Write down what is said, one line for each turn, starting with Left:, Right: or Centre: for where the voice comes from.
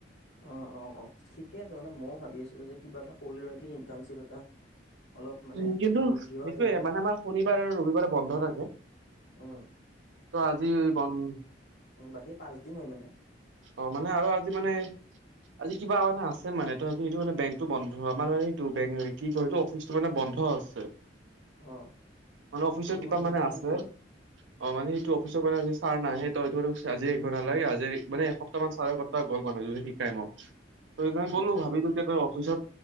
Left: অ-অ-অ ঠিকে আছে মানে ময়ো ভাবি আছিলো যে কিবা এটা কৰি লওঁ নেকি ইটাৰ্শ্বিপ এটা। অলপ মানে
Right: উম, কিন্তু
Left: বুদ্ধিও
Right: সেইটোৱে
Left: আহিব।
Right: মানে আমাৰ শনিবাৰ আৰু ৰবিবাৰে বন্ধ থাকে।
Left: উম,
Right: ত আজি বন
Left: উ বাকী পাঁচ দিন হয় মানে
Right: অ মানে আৰু আজি মানে আজি কিবা মানে আছে মানে ত আজি এইটো মানে বেংকটো বন্ধ আমাৰ মানে এইটো কি কয় এইটো অফিচটো মানে বন্ধ বন্ধ আছে।
Left: অ,
Right: মানে অফিচত
Left: অ তোমাৰ
Right: কিবা
Left: ইণ্টাৰ্ণশ্বিপৰ
Right: মানে আছে অ মানে সেইটো অফিচৰ পৰা আনি ছাৰ নাই সেই তইটো আজি আহিব নালাগে আজি মানে এসপ্তাহ মান ছাৰে ক গ'ল মানুহ যদি শিকাই ম ত সেইকাৰণে
Left: অ,
Right: ক'লো
Left: অ,
Right: ভাবিলো যে অফিচত